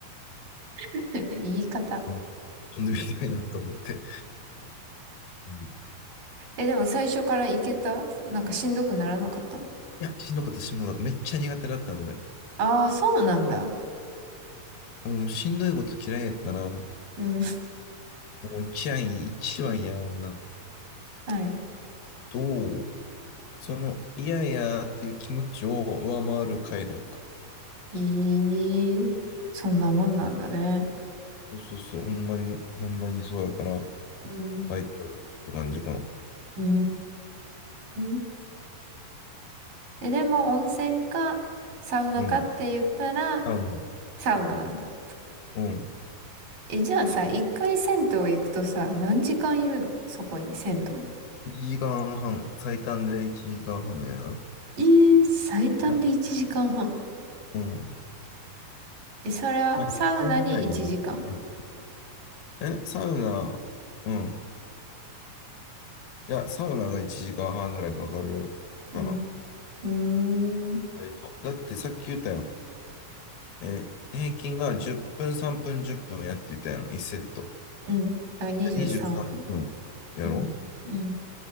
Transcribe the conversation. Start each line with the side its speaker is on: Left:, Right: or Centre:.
Right: <laughs> 言い方。
Left: う飛んでみたいなと思って。うん
Right: え、でも最初から行けたなんかしんどくならなかった
Left: いや、しんどかった、しんどかった。めっちゃ苦手だったの、俺。
Right: ああー、そうなんだ。
Left: 俺もしんどいこと嫌いやから、も
Right: うん。
Left: う一案一番やんな
Right: <laughs> はい。
Left: と、その嫌やっていう気持ちを上回る快楽。
Right: いい。そんなもんなんだね。
Left: そうそうそう、ほんまに、ほんまにそうやから、
Right: うん。
Left: タイトルって感じかな。
Right: うーん。え、でも温泉かサウナかって言ったら
Left: うん。多分な。
Right: サウナなんだ。
Left: うん。
Right: え、じゃあさ、一回銭湯行くとさ、何時間いるのそこに、銭湯に。
Left: 1時間半、最短で1時間半やな。
Right: えー、最短で1時間半。
Left: なうん。
Right: え、それはサウナに1時間。
Left: まあ、1ぐらいかな。はいえ、サウナ、うん。いや、サウナが1時間半ぐらいかかるかな。
Right: うん。うーん。
Left: 割と。だってさっき言ったやん。えー平均が10分、3分、10分やっていたやん、1セット。
Right: うん。だから23分。
Left: で23分やろ
Right: うん、うん、